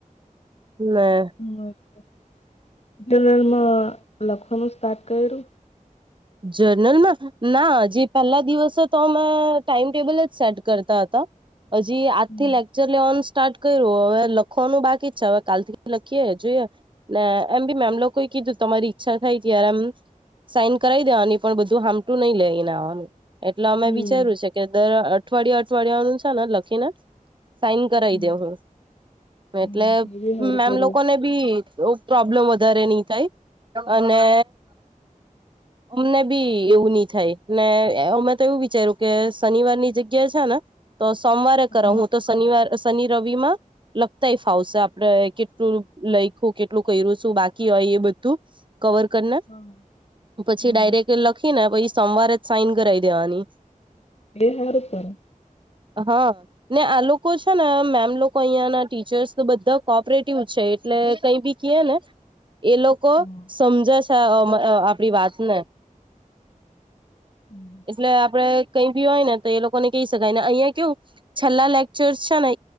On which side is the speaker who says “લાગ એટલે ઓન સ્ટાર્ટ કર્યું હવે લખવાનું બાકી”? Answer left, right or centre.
Right